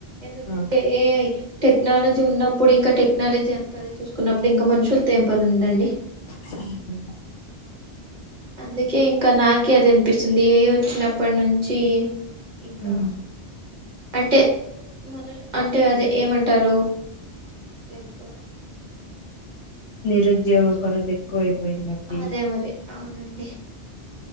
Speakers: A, on the right; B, on the left.
A: ఎందుకంటే
B: ఆ ఆ
A: ఏ ఐ టెక్నాలజీ ఉన్నప్పుడు ఇంకా టెక్నాలజీ అంత అది చూసుకున్నప్పుడు ఇంకా మనుషులతో ఏం పని ఉందండి
B: హ్మ్ హు
A: అందుకే ఇంకా నాకే అది అనిపిస్తుంది ఏ ఐ వచ్చినప్పటి నుంచి ఇంకా
B: ఉమ్
A: అంటే మన అంటే అదే ఏమంటారు లైక్
B: నిరుద్యోగ కొరత ఎక్కువ పోయిందండి
A: అదే మరి అవునండి